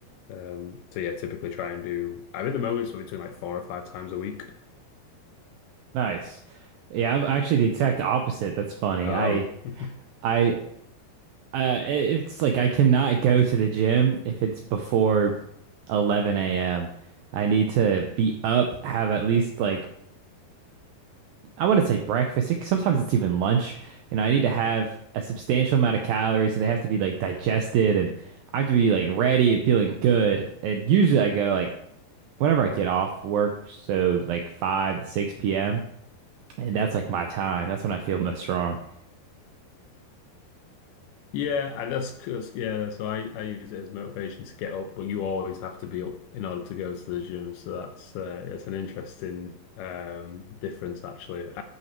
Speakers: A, on the left; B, on the right.
A: uh, um, so yeah, typically try and do. I'm in the moment, so between like four or five times a week.
B: Nice. Yeah, I'm actually the exact opposite. That's funny.
A: Oh.
B: I
A: <laughs>
B: I Uh, it- it's like I cannot go to the gym if it's before 11 a.m. I need to be up, have at least like I want to say breakfast. It, sometimes it's even lunch. You know, I need to have a substantial amount of calories, and they have to be like digested, and I have to be like ready and feeling good. And usually I go like whenever I get off work, so like 5 to 6 p.m. And that's like my time. That's when I feel most strong.
A: Yeah, and that's, that's yeah. that's- So I I use it as motivation to get up, but you always have to be up in order to go to the gym. So that's uh, it's an interesting um difference actually. And